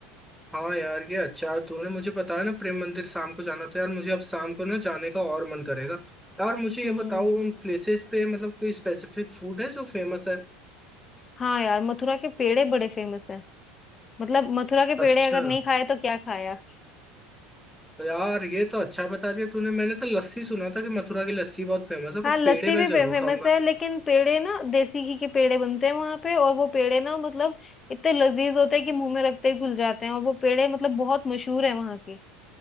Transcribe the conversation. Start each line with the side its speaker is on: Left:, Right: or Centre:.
Centre: हाँ यार ये अच्छा तूने मुझे बताया ना प्रेम मंदिर शाम को जाना था यार मुझे अब शाम को ना जाने का और मन करेगा यार मुझे ये
Left: हम्म
Centre: बताओ उन प्लेसेस पे मतलब कोई स्पेसिफिक फूड है जो फेमस है
Left: हाँ यार मथुरा के पेड़े बड़े फेमस हैं मतलब मथुरा के
Centre: अच्छा
Left: पेड़े अगर नहीं खाए तो क्या खाया
Centre: तो यार ये तो अच्छा बता दिया तूने मैंने तो लस्सी सुना था कि मथुरा की लस्सी बहुत फेमस है पर
Left: हाँ लस्सी
Centre: पेड़े मैं
Left: भी
Centre: जरूर
Left: फेमस
Centre: खाऊंगा
Left: है लेकिन पेड़े ना देसी घी के पेड़े बनते हैं वहां पे और वो पेड़े ना मतलब इतने लजीज होते हैं कि मुंह में रखते ही घुल जाते हैं और वो पेड़े मतलब बहुत मशहूर है वहां के